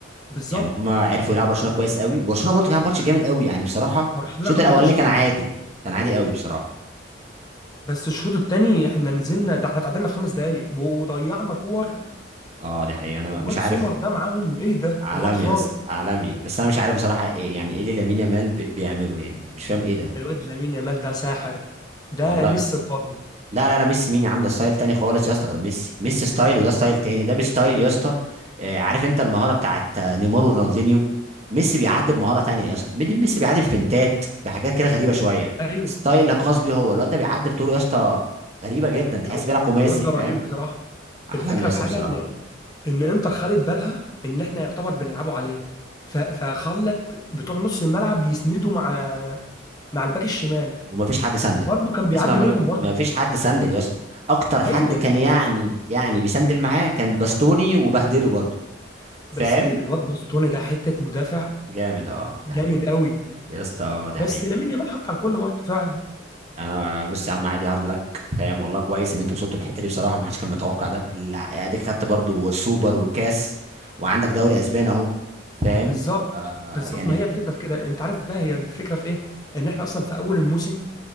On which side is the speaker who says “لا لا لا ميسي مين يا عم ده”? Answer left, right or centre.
Right